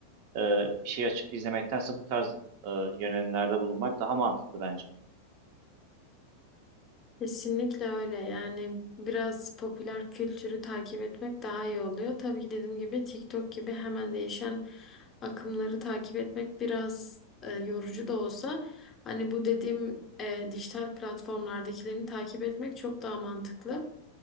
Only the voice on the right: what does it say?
e, bir şey açıp izlemektense bu tarz e, yönelimlerde bulunmak daha mantıklı bence.